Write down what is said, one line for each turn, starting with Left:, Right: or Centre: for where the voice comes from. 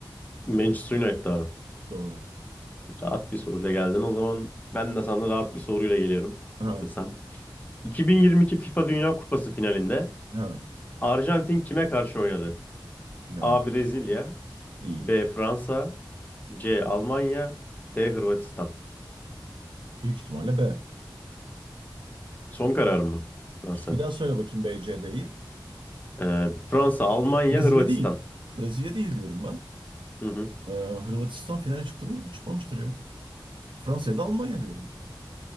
Left: Manchester United abi.
Right: Doğru.
Left: Rahat bir soruyla geldin. O zaman ben de sana rahat bir soruyla geliyorum.
Right: Ha,
Left: Hazırsan. 2022 FIFA Dünya Kupası finalinde
Right: ha.
Left: Arjantin kime karşı oynadı?
Right: Finalde.
Left: A. Brezilya,
Right: Değil.
Left: B. Fransa, C. Almanya, D. Hırvatistan.
Right: Büyük ihtimalle B.
Left: Son karar mı? Fransa.
Right: Bir daha söyle bakayım B, C, D'yi.
Left: Ee, Fransa, Almanya,
Right: Brezilya
Left: Hırvatistan.
Right: değil. Brezilya değil diyorum ben.
Left: Hı hı.
Right: Ee, Hırvatistan finale çıktı mı ya? Çıkmamıştır ya. Fransa ya da Almanya diyorum.